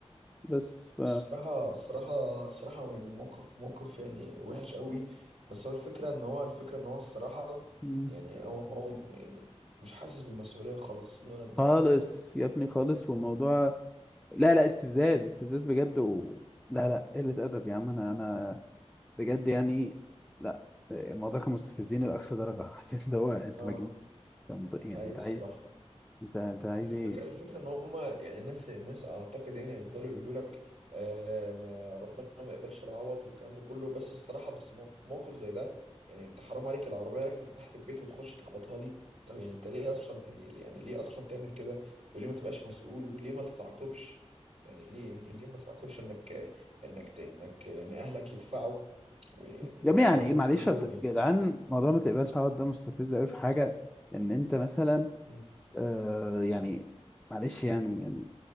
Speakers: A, in the centre; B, on the right.
A: بس ف
B: الصراحة الصراحة الصراحة يعني موقف موقف يعني وحش قوي بس هو الفكرة ان هو الفكرة ان هو الصراحة
A: م-
B: يعني هو هو يعني مش حاسس بالمسؤولية خالص الولد ده
A: خالص يا ابني خالص والموضوع
B: أمم.
A: لا لا استفزاز استفزاز بجد و... لا لا قلة أدب يا عم أنا أنا بجد يعني لا آه، الموضوع كان مستفزين لأقصى درجة <laughs> حسيت ان هو انت
B: اه
A: مجنون أنت منط- يعني
B: ايوه
A: انت
B: الصراحة
A: عايز انت انت عايز
B: الفكرة
A: ايه
B: الفكرة ان هما يعني الناس الناس اعتقد يعني هيفضلوا يقولوا لك آه ما- ربنا ما يقبلش العوض والكلام ده كله بس الصراحة بس مو- في موقف زي ده يعني انت حرام عليك العربية راكنة تحت البيت وتخش تخبطها لي طب يعني انت ليه اصلا يعني يعني ليه اصلا تعمل كده وليه ما تبقاش مسؤول وليه ما تتعاقبش يعني ليه يعني ليه ما تتعاقبش انك انك ت- انك يعني اهلك يدفعوا ويعني
A: يا
B: والكلام
A: ابني يعني ايه
B: ده
A: معلش
B: كله
A: اصل
B: يعني
A: يا جدعان موضوع ما تقبلش عرض ده مستفز قوي في حاجة ان انت مثلا
B: مم.
A: آه يعني معلش يعني يعني